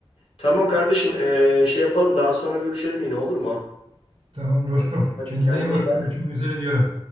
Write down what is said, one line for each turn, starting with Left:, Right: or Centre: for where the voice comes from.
Left: Tamam kardeşim, ee, şey yapalım. Daha sonra görüşelim yine olur mu?
Right: Tamam dostum
Left: Hadi
Right: kendine
Left: kendine
Right: iyi bak
Left: iyi bak.
Right: görüşmek üzere diyorum.